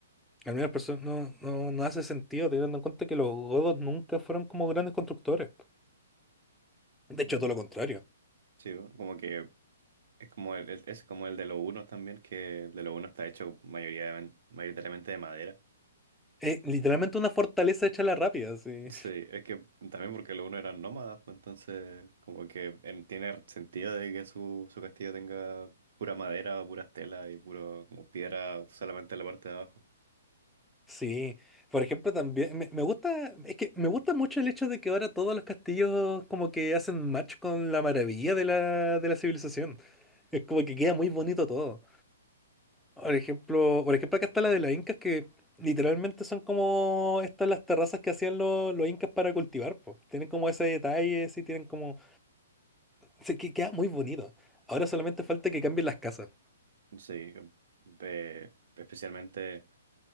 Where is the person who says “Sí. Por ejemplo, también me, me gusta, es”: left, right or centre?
Centre